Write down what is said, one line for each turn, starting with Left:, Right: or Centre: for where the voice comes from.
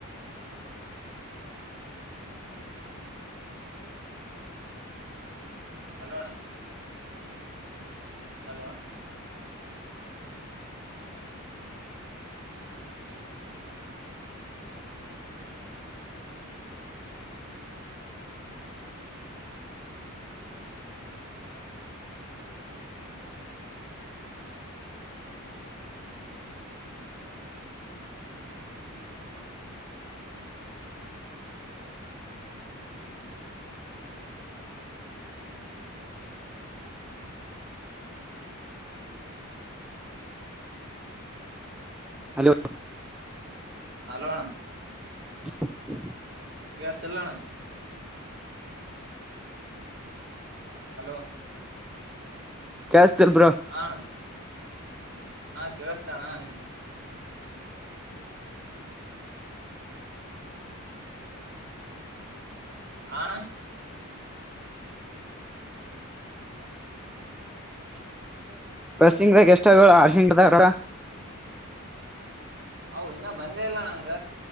Right: ಅಲ್ಲೋಣ. ಹಲೋ. <unintelligible>
Centre: ಹಲೋ.
Right: ಹಲೋ ಅಣ್ಣ
Centre: <unintelligible>
Right: ಕಳ್ತಲ್ಲಣ. ಹಲೋ.
Centre: ಕ ಸ್ತರ್ಬ್ರಾ.
Right: ಅಣ್ಣ ಹಾ ಕಸ್ದಾನಾನ್. ಆಣ. <unintelligible>
Centre: ಪ್ರಸಿಂಗದ ಗೆಷ್ಟಗಳು ಹಸಿಂಗದಾರ.
Right: ಅ ಇನ್ನ ಬಂದೇ ಇಲ್ಲ ನಂಗ